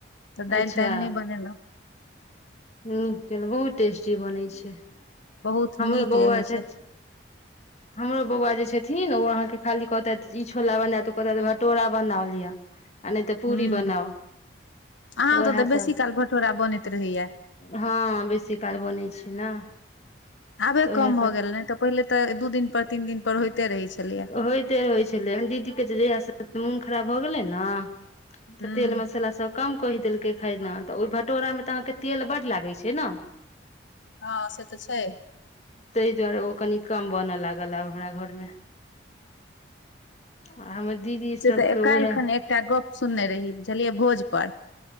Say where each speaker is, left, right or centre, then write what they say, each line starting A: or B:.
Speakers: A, on the left (about 75°); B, on the left (about 35°).
A: तऽ दालि
B: अच्छा
A: तालि नहि बनेलहुं।
B: नुन तेल बहुत टेस्टी बनै छै।
A: बहुत
B: हमरो
A: नीक
B: बौआ
A: रहै
B: छथि
A: छै।
B: हमरो बौआ जे छथिन, ओ अहाँ के खाली कहतैत ई छोला बनायब तऽ कहतैत कि भटोरा बनालिअ। आ नै तऽ पूरी
A: हूं
B: बनाऊ।
A: अहाँ
B: तऽ
A: ओतऽ
B: उएहसब
A: बेसी काल भटोरा बनैत रहैया
B: हँ बेसी काल बनै छै ने।
A: आबे
B: तऽ उएह
A: कम भऽ गेल, नै तऽ पहिले तऽ दू दिन पर तीन दिनपर होइते रहै छलैए।
B: सब होइते रहै छलै, दीदीे के जहिया से मोन खराब भऽ गेलै ने
A: हूं
B: तऽ तेल मसाला सब कम कहि देलकै खैलऽ तऽ ओहि भटोरा मे तऽ अहाँके तेल बड्ड लागै छै ने।
A: हँ से तऽ छै।
B: ताहि दुआरे ओ कनि कम बनऽ लागल आब हमरा घर में। आ हमर दीदी
A: से
B: सबके
A: तऽ काल्हि
B: उएह
A: खन एकटा गप्प सुनने रही, बुझलियै भोजपर